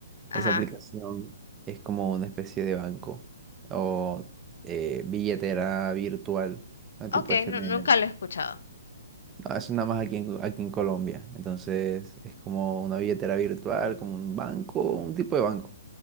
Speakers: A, on the left (about 75°); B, on the right (about 15°).
A: Ajá.
B: Esa aplicación es como una especie de banco o eh, billetera virtual que tú
A: Ok,
B: puedes tener.
A: nu- nunca lo he escuchado.
B: No, eso nada más aquí en, aquí en Colombia. Entonces es como una billetera virtual, como un banco, un tipo de banco.